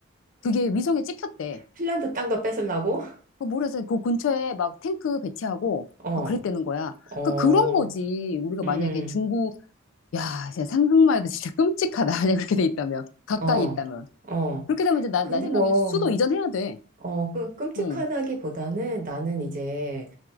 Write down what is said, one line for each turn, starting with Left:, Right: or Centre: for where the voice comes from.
Left: 그게 위성에 찍혔대.
Right: 핀란드 땅도 뺏으려고?
Left: 그 모래에서 그 근처에 막 탱크 배치하고
Right: 어.
Left: 막 그랬다는 거야.
Right: 어,
Left: 그러니까 그런 거지. 우리가 만약에
Right: 음,
Left: 중국, 야, 진짜 상상만 해도 진짜 끔찍하다. <laughs> 만약 그렇게 돼 있다면. 가까이
Right: 어,
Left: 있다면.
Right: 어.
Left: 그렇게 되면 이제 나,
Right: 근데
Left: 나 생각엔
Right: 뭐,
Left: 수도 이전해야 돼.
Right: 어, 그, 끔찍하다기보다는
Left: 응,
Right: 나는 이제